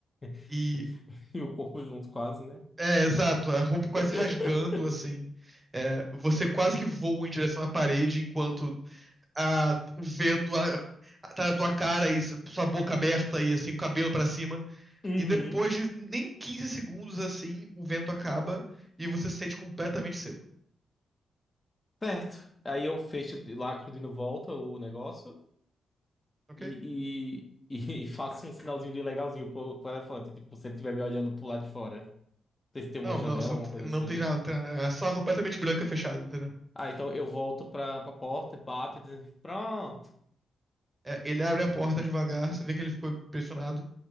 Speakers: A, on the left; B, on the right.
A: <laughs>
B: E
A: E o corpo junto, quase, né?
B: É, exato, a roupa quase
A: <laughs>
B: rasgando, assim. É, você quase que voa em direção à parede enquanto a, o vento a- a- tá na tua cara e s- sua boca aberta e assim, o cabelo pra cima.
A: Uhum.
B: E depois de nem 15 segundos assim, o vento acaba e você se sente completamente seco,
A: Certo. Aí eu fecho, de- lacro volta o negócio
B: ok?
A: e, e, e, <laughs> e faço um sinalzinho de legalzinho pro, pro elefante, tipo, se ele estiver me olhando pro lado de fora. Não sei se tem uma
B: Não,
A: janela,
B: não, você
A: alguma coisa
B: não
A: assim.
B: tem nada, não tem nada. A sala completamente branca fechada, entendeu?
A: Ah, então eu volto pra, pra porta, bato e dizendo, pronto.
B: É, ele abre a porta devagar, você vê que ele ficou impressionado.